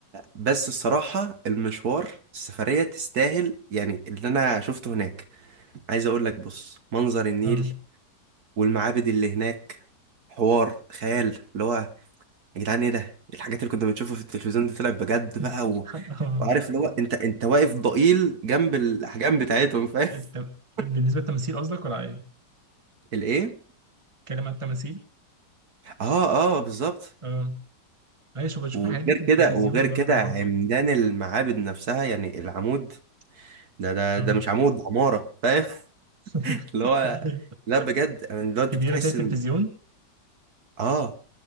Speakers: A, on the right; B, on the right.
A: بس الصراحة المشوار السفرية تستاهل يعني اللي انا شفته هناك عايز اقول لك بص منظر النيل
B: اه
A: والمعابد اللي هناك حوار خيال اللي هو يا جدعان ايه ده إيه الحاجات اللي كنا بنشوفها في التلفزيون دي طلعت بجد
B: <laughs>
A: بقى و...
B: اه
A: وعارف اللي هو انت انت واقف ضئيل جنب الاحجام بتاعتهم فاهم
B: الت-
A: <laughs>
B: بالنسبة للتماثيل قصدك ولا ايه؟
A: الايه
B: اتكلم عن التماثيل؟
A: اه اه بالظبط
B: اه ايوه شو بشوف
A: وغير
B: الحاجات دي في التلفزيون
A: كده وغير كده
B: برضه
A: عمدان المعابد نفسها يعني العمود ده ده
B: اه
A: ده
B: آه.
A: مش عمود ده عمارة فاهم
B: <laughs>
A: <laughs> اللي هو لا بجد يعني اللي هو انت
B: كبيرة
A: بتحس
B: زي التلفزيون
A: ان اه